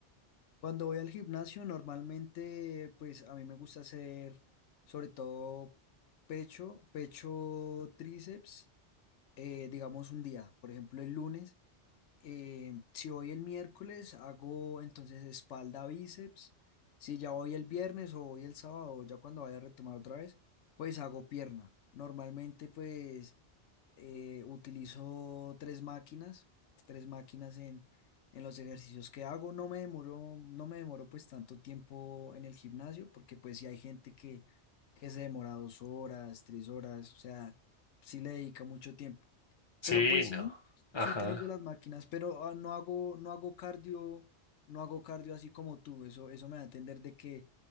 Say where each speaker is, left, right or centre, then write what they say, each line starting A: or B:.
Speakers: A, on the left; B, on the left.
A: Cuando voy al gimnasio, normalmente, pues a mí me gusta hacer sobre todo pecho, pecho, tríceps, eh, digamos un día, por ejemplo el lunes. Eh, si voy el miércoles, hago entonces espalda, bíceps. Si ya voy el viernes o voy el sábado, ya cuando vaya a retomar otra vez, pues hago pierna. Normalmente, pues eh, utilizo tres máquinas, tres máquinas en, en los ejercicios que hago. No me demoro, no me demoro pues tanto tiempo en el gimnasio, porque pues si hay gente que, que se demora dos horas, tres horas, o sea, sí le dedica mucho tiempo.
B: Sí,
A: Pero pues
B: no.
A: sí,
B: Ajá.
A: sí utilizo las máquinas, pero ah, no hago, no hago cardio, no hago cardio así como tú. Eso, eso me da a entender de que